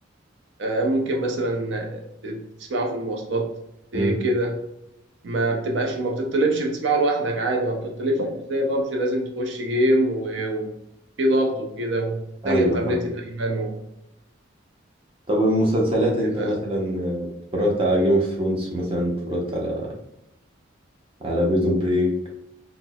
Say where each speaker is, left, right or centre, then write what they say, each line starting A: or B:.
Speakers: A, on the right; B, on the right.
A: آه، ممكن مثلا آه، تسمعه في المواصلات ت-
B: مم.
A: كده ما بتبقاش ما بتطلبش بتسمعه لوحدك عادي ما بتطلبش مش زي بابجي لازم تخش جيم و- وفي ضغط وكده ومحتاج
B: ايوه
A: انترنت
B: فاهم
A: دايما
B: طب والمسلسلات انت
A: وكده
B: مثلا آه، اتفرجت على جيم اوف ثرونز مثلا اتفرجت على على بريزون بريك